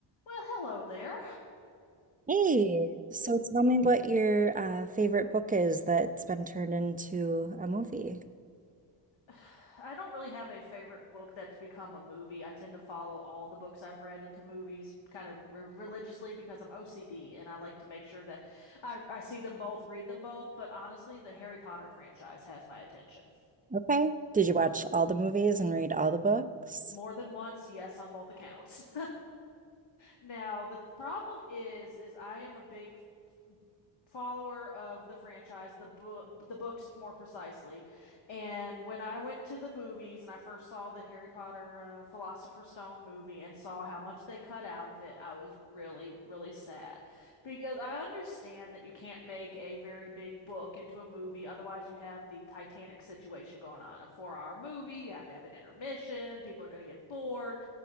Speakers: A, on the left; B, on the right.
A: Well, hello there.
B: Hey, so tell me what your uh, favorite book is that's been turned into a movie.
A: <sighs> I don't really have a favorite book that's become a movie. I tend to follow all the books I've read into movies kind of re religiously because I'm OCD and I like to make sure that I, I see them both, read them both. But honestly, the Harry Potter franchise has my attention.
B: Okay. Did you watch all the movies and read all the books?
A: More than once, yes, on both accounts. <laughs> Now, the th- problem is is I am a big follower of the franchise, the book, the books more precisely. And when I went to the movies and I first saw the Harry Potter uh, Philosopher's Stone movie and saw how much they cut out of it, I was really, really sad. Because I understand that you can't make a very big book into a movie, otherwise you have the Titanic situation going on. A four-hour movie, you have to have an intermission, people are going to get bored.